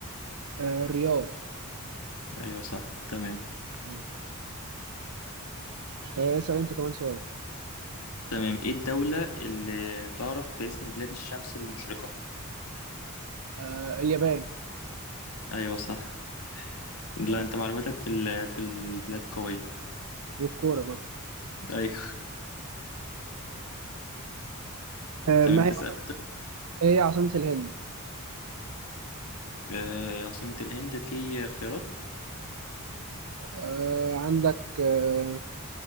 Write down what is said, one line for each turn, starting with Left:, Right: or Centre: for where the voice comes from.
Right: آه، الرياض
Left: أيوه صح تمام
Right: مم. آه، اسأل انت كمان سؤال
Left: تمام إيه الدولة اللي تعرف باسم بلاد الشمس المشرقة
Right: آه اليابان
Left: أيوه صح لا
Right: بقى.
Left: أنت معلوماتك في ال- في البلاد قوية
Right: والكورة برضه
Left: أيوه <laughs>
Right: آه
Left: تمام
Right: ما
Left: تسأل
Right: هي عاصمة إيه هي عاصمة الهند
Left: آه، عاصمة الهند في اختيارات
Right: آه عندك آه